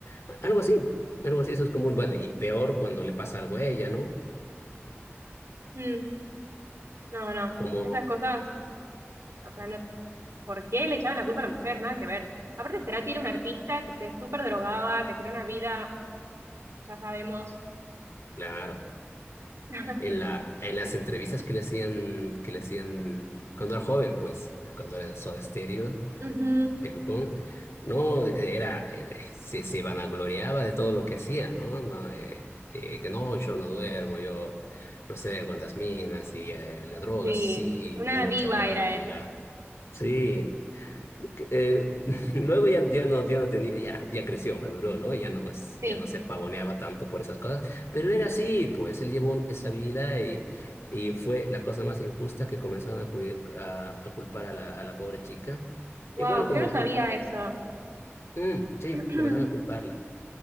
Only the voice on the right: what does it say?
Mm, no, no.
Esas cosas, o sea, no, ¿por qué le echaban la culpa a la mujer? Nada que ver. Aparte, Cerati era un artista que se súper drogaba, que tenía una vida, ya sabemos.
<laughs>
Ujú,
Sí,
una
diva
era él.
Sí.
Wow,
yo no sabía
eso.
<clears throat>